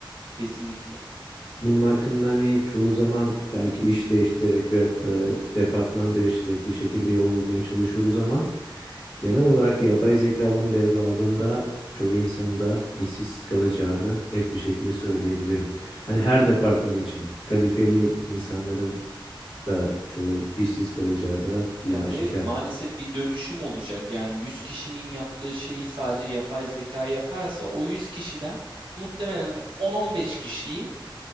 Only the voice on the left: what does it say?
Bunun hakkında hani çoğu zaman belki iş değiştirerek veyahut da departman değiştirerek bir şekilde yol bulmaya çalışıyoruz ama genel olarak yapay zeka bunu devraldığında çoğu insanda işsiz kalacağını net bir şekilde söyleyebilirim. Hani her departman için kalifeli insanların
da çoğu işsiz kalacağı da bir
aşikar.